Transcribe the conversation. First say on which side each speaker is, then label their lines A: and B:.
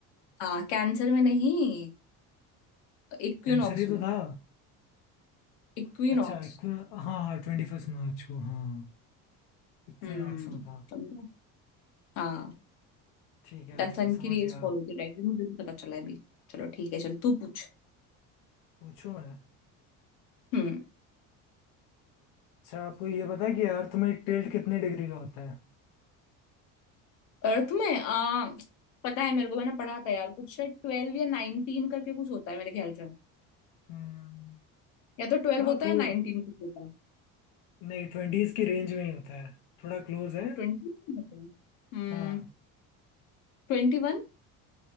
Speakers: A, on the left; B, on the left.
A: हाँ कैंसर में नहीं इक्विनॉक्स
B: कैंसर ही
A: में
B: तो था
A: इक्विनॉक्स
B: अच्छा इक्विन हाँ हाँ ट्वेंटी फर्स्ट मार्च को हाँ इक्विनॉक्स
A: हम्म
B: में था
A: समझा हाँ
B: ठीक है भाई
A: सन
B: समझ
A: की रेस
B: गया
A: फॉलो होती है डायरेक्ट मुझे भी पता चला है अभी चलो ठीक है चल तू पूछ
B: पूछो मैं
A: हम्म
B: अच्छा आपको ये पता है कि अर्थ में टिल्ट कितने डिग्री का होता है
A: अर्थ में आ, पता है मेरे को मैंने पढ़ा था यार कुछ शायद ट्वेल्व या नाइनटीन करके कुछ होता है मेरे ख्याल से
B: हम्म,
A: या तो ट्वेल्व
B: हाँ
A: होता
B: तो
A: है या नाइनटीन कुछ होता है
B: नहीं ट्वेंटीज की रेंज में ही होता है थोड़ा क्लोज है
A: या ट्वेंटी होता है। हम्म
B: हाँ
A: ट्वेंटी वन